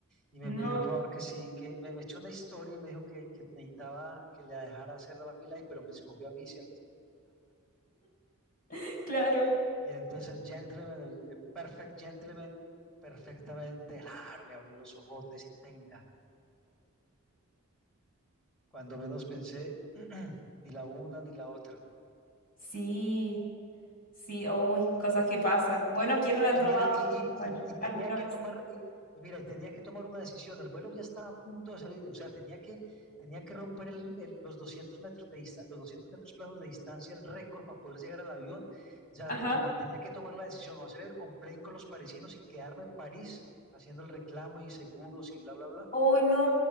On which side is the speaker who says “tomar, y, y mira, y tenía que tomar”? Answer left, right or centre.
Centre